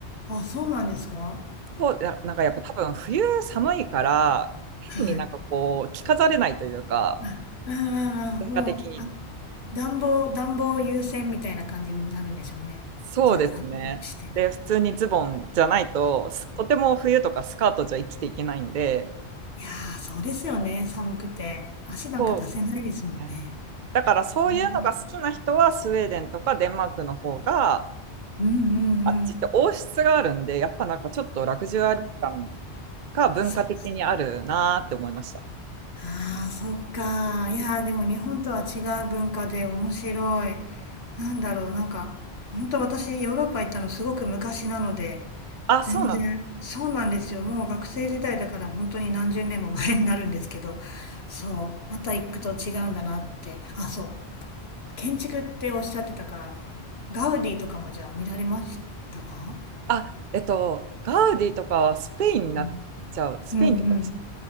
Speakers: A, on the left (about 65°); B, on the right (about 60°).
A: あ、そうなんですか
B: そう、ななんかやっぱ多分冬寒いから、変になんかこう、
A: はい。
B: 着飾れないというか、
A: あ、ああ、
B: 文化的にも。
A: あもう、あ、暖房、暖房優先みたいな感じになるんでしょうね。
B: そうですね。
A: じゃあ、あったかくして。
B: で、普通にズボンじゃないと、すとても冬とかスカートじゃ生きていけないんで、
A: いやー、そうですよね、寒くて。足なんか出せないですもんね。
B: そうですね。だからそういうのが好きな人は、
A: えー
B: スウェーデンとかデンマークの方が、
A: うんうんう
B: あっちって王室があるんで、
A: ん。
B: やっぱなんかちょっとラグジュアリー感が文化的にあるなーって思いました。
A: そっか。ああ、そっか。いやー、でも日本とは違う文化で面白い。なんだろう、なんか、本当私、ヨーロッパ行ったのすごく昔なので、
B: あ、
A: 全然、
B: そうなんだ。
A: そうなんですよ。もう学生時代だから本当に何十年も前になるんですけど、そう、また行くと違うんだなって。あ、そう。建築っておっしゃってたから、あの、ガウディとかもじゃあ見られましたか
B: あ、えっと、ガウディとかはスペインになっちゃう。
A: うん
B: スペインとかでした。
A: うんうん